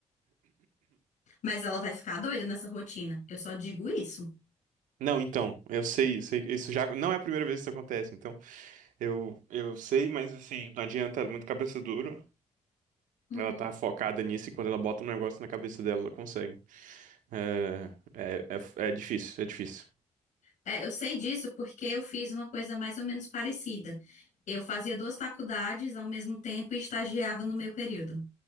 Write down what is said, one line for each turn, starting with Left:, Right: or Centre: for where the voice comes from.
Left: Mas ela vai ficar doida nessa rotina. Eu só digo isso.
Right: Não, então, eu sei, eu sei, que isso já não é a primeira vez que isso acontece, então eu, eu sei, mas assim, não adianta, ela é muito cabeça dura.
Left: Uhum.
Right: Ela tá focada nisso e quando ela bota um negócio na cabeça dela, ela consegue. É, é, é, é difícil, é difícil.
Left: É, eu sei disso porque eu fiz uma coisa mais ou menos parecida. Eu fazia duas faculdades ao mesmo tempo e estagiava no meu período.